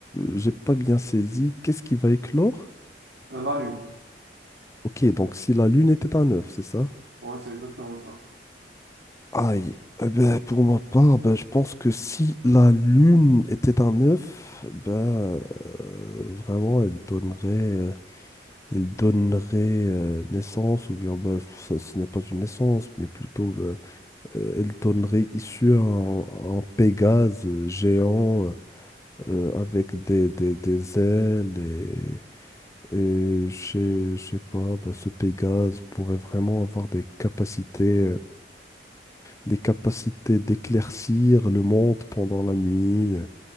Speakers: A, on the left; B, on the right.
A: j'ai pas bien saisi, qu'est-ce qui va éclore?
B: Euh, La Lune.
A: Ok, donc si la Lune était un œuf, c'est ça?
B: Ouais, c'est exactement ça.
A: Aïe, eh ben, pour ma part, ben, je pense que si la Lune était un œuf, ben, euh, vraiment, elle donnerait, euh, elle donnerait euh, naissance, ou bien ben, ça, ce n'est pas une naissance, mais plutôt, ben, euh, elle donnerait issue à un, à un Pégase euh, géant euh, avec des, des, des ailes et, et je je sais pas, bah, ce Pégase pourrait vraiment avoir des capacités, euh, des capacités d'éclaircir le monde pendant la nuit. euh,